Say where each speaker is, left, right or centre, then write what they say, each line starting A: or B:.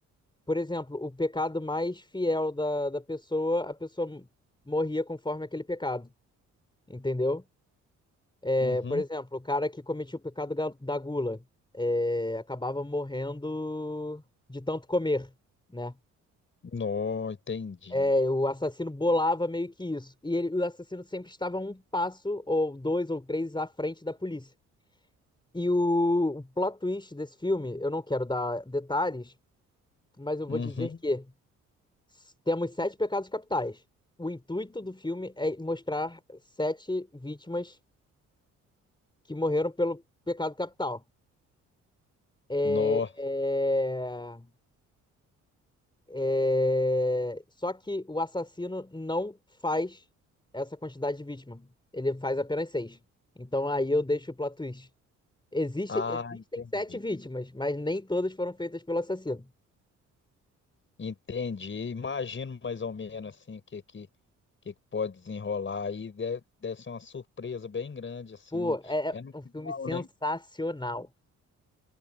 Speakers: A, on the left; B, on the left.
A: Por exemplo, o pecado mais fiel da, da pessoa, a pessoa morria conforme aquele pecado, entendeu? É,
B: Uhum.
A: por exemplo, o cara que cometia o pecado ga- da gula é, acabava morrendo de tanto comer, né?
B: Nó, entendi.
A: É, O assassino bolava meio que isso. E ele- o assassino sempre estava um passo, ou dois ou três, à frente da polícia. E o, o plot twist desse filme, eu não quero dar detalhes, mas eu
B: Uhum.
A: vou dizer que s- temos sete pecados capitais. O intuito do filme é mostrar sete vítimas que morreram pelo pecado capital. É,
B: Nó.
A: é, É, Só que o assassino não faz essa quantidade de vítima. Ele faz apenas seis. Então aí eu deixo o plot twist. Existe...
B: Ah,
A: Existem
B: entendi.
A: sete vítimas, mas nem todas foram feitas pelo assassino.
B: Entendi. Imagino mais ou menos assim o que que que que pode desenrolar aí. Deve, deve ser uma surpresa bem grande assim
A: Pô,
B: no
A: é
B: é no
A: é um filme
B: final,
A: sensacional.
B: né?